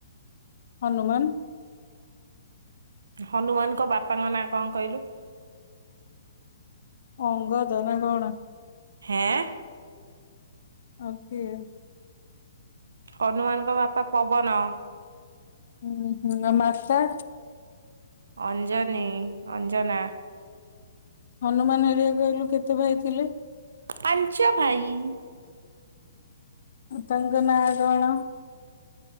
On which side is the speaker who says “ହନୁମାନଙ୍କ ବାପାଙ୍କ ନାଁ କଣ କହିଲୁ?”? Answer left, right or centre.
Right